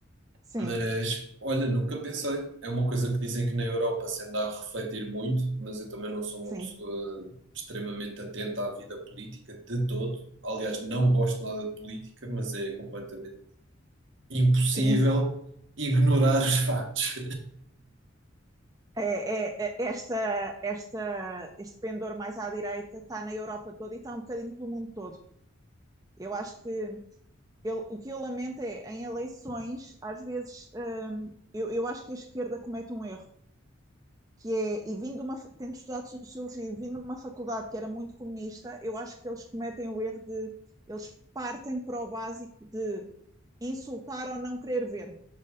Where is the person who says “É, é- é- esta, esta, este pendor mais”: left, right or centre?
Right